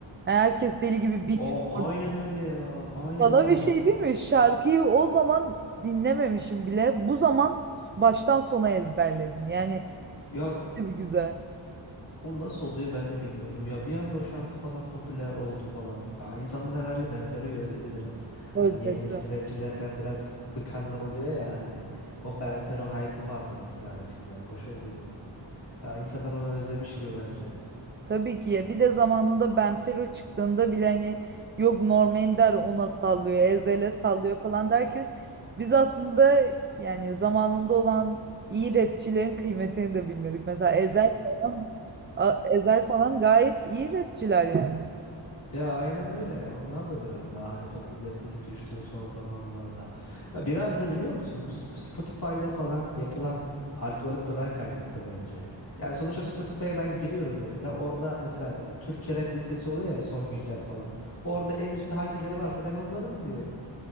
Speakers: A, on the right (about 25°); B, on the left (about 45°).
A: Yani Herkes deli gibi bitmiyor.
B: O aynen öyle ya. Aynen
A: Sana
B: öyle.
A: bir şey değil mi? Şarkıyı o zaman dinlememişim bile. Bu zaman baştan sona ezberledim. Yani
B: Ya
A: ne bir güzel.
B: O nasıl oluyor ben de bilmiyorum ya. Bir anda o şarkı falan popüler oldu falan. Aa, insanlar herhalde Benfero'yu özledi biraz.
A: Özledim.
B: Hani yeni nesil rapçilerden biraz bıkanlar oluyor ya hani. O Benfero hype'ı vardı mesela eskiden. Hoş oluyordu. Ya, insanlar onu özlemiş gibi bence.
A: Tabii ki ya bir de zamanında Benfero çıktığında bile hani yok Norm Ender ona sallıyor, Ezhel'e sallıyor falan derken biz aslında yani zamanında olan iyi rapçilerin kıymetini de bilmedik. Mesela Ezhel falan, A- Ezhel falan gayet iyi rapçiler yani.
B: Ya aynen öyle ya. Onlar da biraz daha hani popülaritesi düştü son zamanlarda. Ya biraz da biliyor musun bu Sp- Spotify'da falan yapılan algoritmadan kaynaklı bence. Yani sonuçta Spotify'a ben giriyorum mesela. Orada mesela Türkçe rap listesi oluyor ya son güncel falan. Orada en üstte hangileri varsa ben onları dinliyorum.